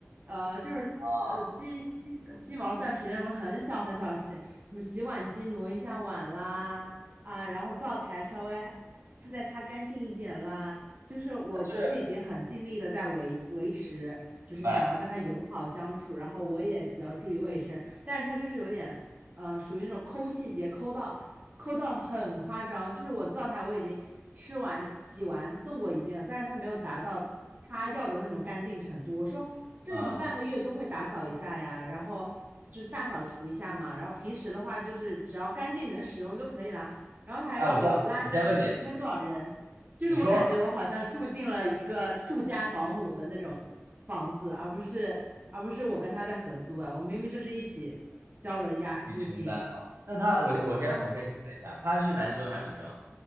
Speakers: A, on the right; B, on the right.
A: 呃，就是鸡呃鸡鸡鸡毛蒜皮的那种很小很小的事情，
B: 啊，
A: 什么洗碗机挪一下碗啦，啊，然后灶台稍微还擦再擦干净一点啦。就是我其实已经很尽力的在维维持，
B: 他是
A: 就是想要跟他友好相处，
B: 明白。
A: 然后我也比较注意卫生，但是他就是有点呃，属于那种抠细节，抠到抠到很夸张。就是我灶台我已经吃完、洗完、弄过一遍了，但是他没有达到他要的那种干净程度。我说正常半个月都会打扫一下呀，
B: 嗯，
A: 然后就大扫除一下嘛，然后平时的话就是只要干净能使用就可以啦。然后他还让我垃圾每天多少扔，
B: 哎，我这样，我先问你，
A: 就是我感觉我好像住进了一个住家保姆的那种房子，
B: 你说
A: 而不是而不是我跟他在合租啊。我明明就是一起交的押租金。
B: 自己承担的吗？那他，我我先我先提问一下，
A: 嗯，
B: 他是男生还是女生啊？